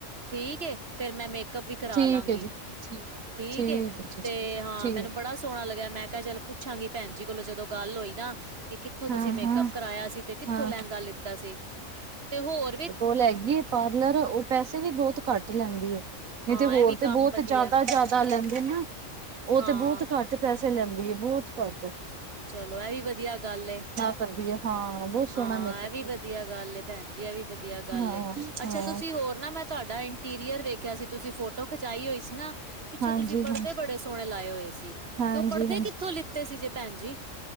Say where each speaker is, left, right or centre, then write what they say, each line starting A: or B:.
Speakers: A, on the right; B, on the right.
A: ਠੀਕ ਏ, ਫੇਰ ਮੈਂ ਮੇਕਅਪ ਵੀ ਕਰਾ
B: ਠੀਕ
A: ਲਾਂਗੀ
B: ਹੈ ਜੀ, ਠੀਕ।
A: ਠੀਕ ਏ
B: ਹੈ ਜੀ,
A: ਤੇ ਹਾਂ
B: ਠੀਕ,
A: ਮੈਨੂੰ ਬੜਾ ਸੋਹਣਾ ਲੱਗਿਆ ਮੈਂ ਕਿਹਾ ਚੱਲ ਪੁੱਛਾਂਗੀ ਭੈਣ ਜੀ ਕੋਲੋ ਜਦੋਂ ਗੱਲ ਹੋਈ ਨਾ, ਕਿ ਕਿੱਥੋਂ ਤੁਸੀਂ
B: ਹਾਂ-ਹਾਂ,
A: ਮੇਕਅੱਪ
B: ਹਾਂ।
A: ਕਰਵਾਇਆ ਸੀ ਤੇ ਕਿੱਥੋਂ
B: ਹਾਂ ਹਾਂ
A: ਲਹਿੰਗਾ ਲਿੱਤਾ ਸੀ ਤੇ ਹੋਰ ਵੀ
B: ਹੋਰ ਲੈਗੀ ਪਾਰਲਰ ਉਹ ਪੈਸੇ ਵੀ ਬਹੁਤ ਘੱਟ ਲੈਂਦੀ, ਨਹੀਂ
A: ਹਾਂ
B: ਤੇ ਹੋਰ
A: ਇਹ ਵੀ ਕੰਮ
B: ਤੇ ਬਹੁਤ
A: ਵਧੀਆ
B: ਜ਼ਿਆਦਾ ਜ਼ਿਆਦਾ ਲੈਂਦੇ ਨਾ, ਉਹ
A: ਹਾਂ
B: ਤੇ ਬਹੁਤ ਘੱਟ ਪੈਸੇ ਲੈਂਦੀ ਹੈ ਬਹੁਤ ਘਟ
A: ਚਲੋ ਇਹ ਵੀ ਵਧੀਆ ਗੱਲ ਹੈ,
B: ਕਰਦੀ ਹੈ ਹਾਂ ਬਹੁਤ ਸੋਹਣਾ
A: ਹਾਂ
B: ਮੇਕਅਪ
A: ਇਹ ਵੀ
B: ਕਰਦੀ
A: ਵਧੀਆ
B: ਹੈ।
A: ਗੱਲ ਏ ਭੈਣ ਜੀ ਇਹ ਵੀ ਵਧੀਆ ਗੱਲ
B: ਹਾਂ।
A: ਏ। ਅੱਛਾ
B: ਹਾਂ
A: ਤੁਸੀਂ ਹੋਰ ਨਾ ਮੈਂ ਤੁਹਾਡਾ ਇੰਟੀਰੀਅਰ ਵੇਖਿਆ ਸੀ ਤੁਸੀਂ ਫੋਟੋ ਖਿਚਾਈ ਹੋਈ ਸੀ ਨਾ। ਪਿੱਛੇ
B: ਹਾਂਜੀ
A: ਤੁਸੀਂ ਪੜ੍ਹਦੇ
B: ਹਾਂਜੀ
A: ਬੜੇ ਸੋਹਣੇ ਲਾਏ ਹੋਏ ਸੀ
B: ਹਾਂਜੀ
A: ਤੇ ਉਹ ਪੜ੍ਹਦੇ
B: ਹਾਂਜੀ
A: ਕਿੱਥੋਂ ਲਿੱਤੇ ਸੀ ਜੇ ਭੈਣ ਜੀ।